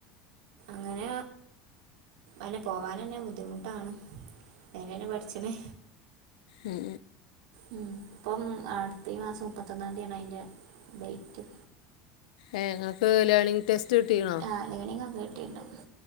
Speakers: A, on the right (about 80°); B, on the left (about 85°).
A: അങ്ങനെ അന്നെ പോകനന്നെ ബുദ്ധിമുട്ടാണ് അയ്നനെ മഠിച്ച്ണേ.
B: ഉം
A: അ പ്പം അടുത്തഈ മാസം മുപ്പത്തൊന്നാംതീയാണ് അയിൻ്റെ ഡേറ്റ്.
B: എ ഇങ്ങക്ക് ലേണിംഗ് ടെസ്റ്റ് കിട്ടീണോ?
A: തലയിണയും അന്ന് കിട്ടിയിട്ട് ഉണ്ടാവും.